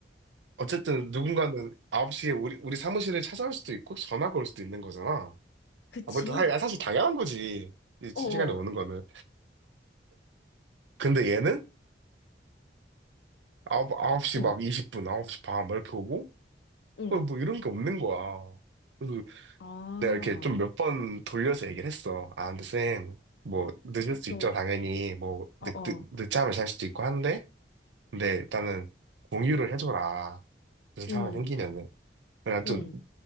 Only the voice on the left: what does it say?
그치?
어,
어,
응,
응,
아, 어,
좀,
어,
어,
응,
응,